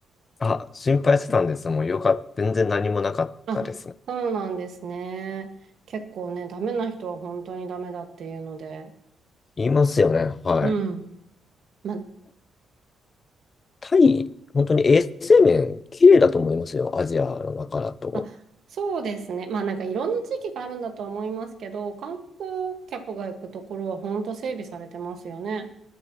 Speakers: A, on the left; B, on the right.
A: あ、心配してたんです。もうよかった。全然何もなかったですね。
B: あ、そうなんですね。結構ね、ダメな人は本当にダメだっていうので。
A: 言いますよね。はい。
B: うん。ま
A: タイ、本当に衛生面、綺麗だと思いますよ。アジアの中だと。
B: あ、そうですね。まあなんかいろんな地域があるんだとは思いますけど、観光客が行くところは本当整備されてますよね。